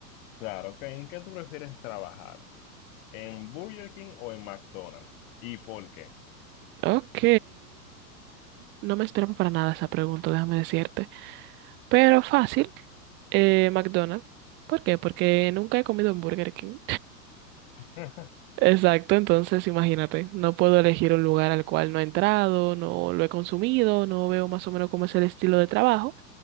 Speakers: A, on the left (about 50°); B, on the right (about 25°).
A: Claro, ok. ¿En qué tú prefieres trabajar? ¿En Burger King o en McDonald's? ¿Y por qué?
B: Ok, no me esperaba para nada esa pregunta, déjame decirte. Pero fácil, eh, McDonald's. ¿Por qué? Porque nunca he comido en Burger King.
A: <laughs>
B: Exacto, entonces imagínate, no puedo elegir un lugar al cual no he entrado, no lo he consumido, no veo más o menos cómo es el estilo de trabajo,